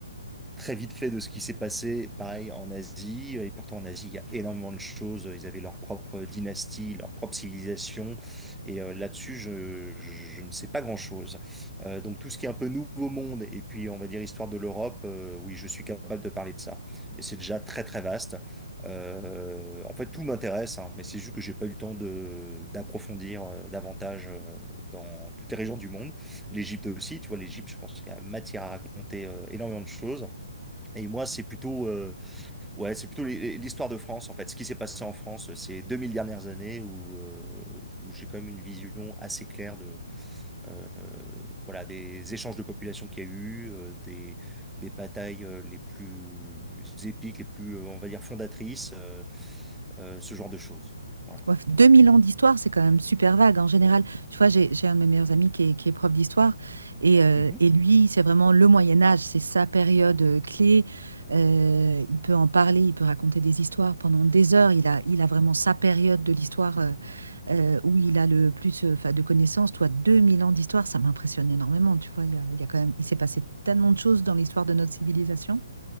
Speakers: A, in the centre; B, on the right.
A: très vite fait de ce qui s'est passé, pareil, en Asie. Et pourtant, en Asie, il y a énormément de choses. Ils avaient leur propre dynastie, leur propre civilisation. Et euh, là-dessus, je, je, je ne sais pas grand-chose. Euh, donc, tout ce qui est un peu nouveau monde, et puis, on va dire, histoire de l'Europe, euh, oui, je suis capable de parler de ça. Et c'est déjà très, très vaste. Euh, en fait, tout m'intéresse, hein, mais c'est juste que j'ai pas eu le temps de d'approfondir euh, davantage euh, dans toutes les régions du monde. L'Égypte aussi, tu vois, l'Égypte, je pense qu'il y a matière à raconter euh, énormément de choses. Et moi, c'est plutôt, euh, ouais, c'est plutôt les- l'histoire de France, en fait. Ce qui s'est passé en France euh, ces 2000 dernières années où, euh, où j'ai quand même une vision assez claire de, euh, voilà, des échanges de population qu'il y a eu, euh, des, des batailles euh, les plus épiques, les plus, euh, on va dire, fondatrices, euh, euh, ce genre de choses. Voilà.
B: Ouais, 2000 ans d'histoire, c'est quand même super vague en général. Tu vois, j'ai j'ai un de mes meilleurs amis qui est, qui est prof d'histoire et, euh,
A: Mhm.
B: et lui, c'est vraiment le Moyen Âge, c'est sa période euh, clé. Euh, il peut en parler, il peut raconter des histoires pendant des heures. Il a, il a vraiment sa période de l'histoire euh, euh, où il a le plus euh, 'fin, de connaissances. Toi, 2000 ans d'histoire, ça m'impressionne énormément. Tu vois, il y a, il y a quand même, il s'est passé tellement de choses dans l'histoire de notre civilisation.